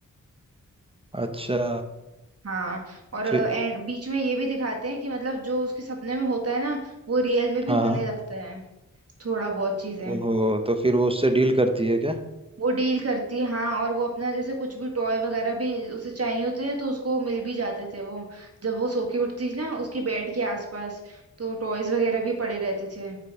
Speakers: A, on the right; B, on the right.
A: अच्छा
B: हाँ और एंड
A: फिर
B: बीच में ये भी दिखाते हैं कि मतलब जो उसके सपने में होता है ना वो रियल में भी
A: हाँ
B: होने
A: हाँ
B: लगता है थोड़ा बहुत चीजें
A: ओहो तो फिर वो उससे डील करती है क्या
B: वो डील करती हाँ और वो अपना जैसे कुछ भी टॉय वगैरह भी उसे चाहिए होते हैं तो उसको मिल भी जाते थे वो जब वो सो के उठती ना उसके बेड के आसपास तो टॉयज वगैरह भी पड़े रहते थे